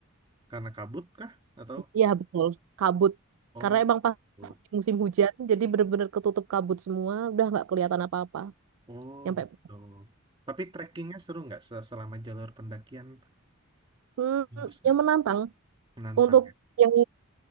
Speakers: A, on the right (about 20°); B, on the right (about 75°).
A: Karena kabut kah? Atau
B: Iya betul, kabut.
A: oh,
B: Karena emang pas
A: kabut.
B: musim hujan, jadi bener-bener ketutup kabut semua, udah nggak kelihatan apa-apa.
A: oh
B: Yang kayak,
A: gitu. Tapi trekkingnya seru nggak Se- selama jalur pendakian?
B: hmm,
A: Bagus nggak?
B: yang menantang
A: Menantang.
B: untuk
A: ya?
B: yang